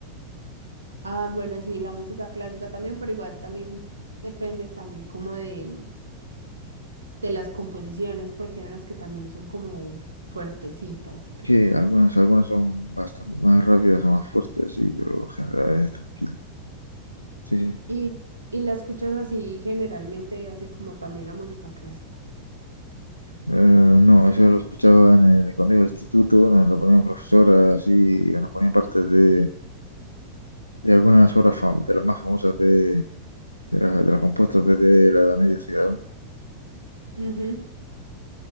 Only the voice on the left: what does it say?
Sí, algunas, algunas son bastante más rápidas o más fuertes, sí, pero en general es tranquila. Sí, sí.
Eh, no, eso lo escuchaba en el, cuando iba al instituto, nos lo ponían profesoras así, y nos ponían partes de, de algunas obras fam- de las más famosas de, de, las, de las compuestas desde la Edad Media Ciudad.